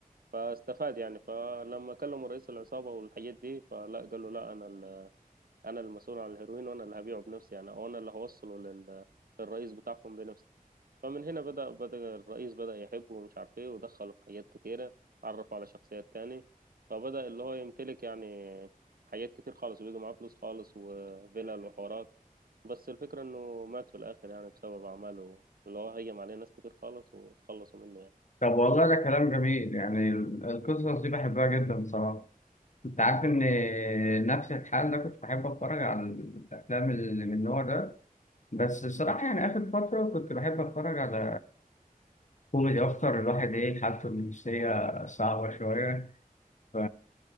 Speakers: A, on the right; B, on the left.
A: فاستفاد يعني فلما كلموا رئيس العصابة والحاجات دي فلا قال له لا أنا ال- أنا المسؤول عن الهيروين وأنا اللي هبيعه بنفسي يعني وأنا اللي هوصله لل- للرئيس بتاعكم بنفسي فمن هنا بدأ بدأ الرئيس بدأ يحبه ومش عارف إيه ودخله في حاجات كتيرة عرفه على شخصيات تاني فبدأ اللي هو يمتلك يعني حاجات كتير خالص وبيجي معاه فلوس خالص وفلل وحوارات بس الفكرة إنه مات في الآخر يعني بسبب أعماله اللي هو هيم عليه ناس كتير خالص وتخلصوا منه يعني.
B: طب والله ده كلام جميل يعني ال- القصص دي بحبها جدا بصراحة انت عارف ان نفس الحال ده كنت بحب اتفرج على الافلام اللي من النوع ده بس الصراحة يعني آخر فترة كنت بحب أتفرج على كوميدي أكتر الواحد إيه حالته النفسية صعبة شوية ف...